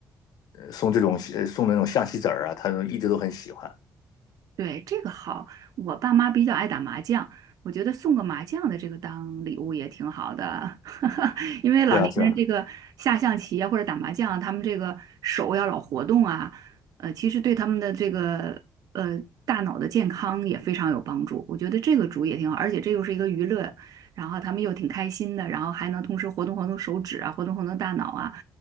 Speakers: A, on the left (about 80°); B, on the right (about 65°).
A: 呃送这种呃送那种象棋子儿啊，他都一直都很喜欢。
B: 对，这个好，我爸妈比较爱打麻将，我觉得送个麻将的这个当礼物也挺好的，<laughs> 因为老年人这个下象棋啊或者打麻将，
A: 对啊，是啊。
B: 他们这个手要老活动啊，呃，其实对他们的这个呃大脑的健康也非常有帮助。我觉得这个主意也挺好，而且这又是一个娱乐，然后他们又挺开心的，然后还能同时活动活动手指啊，活动活动大脑啊，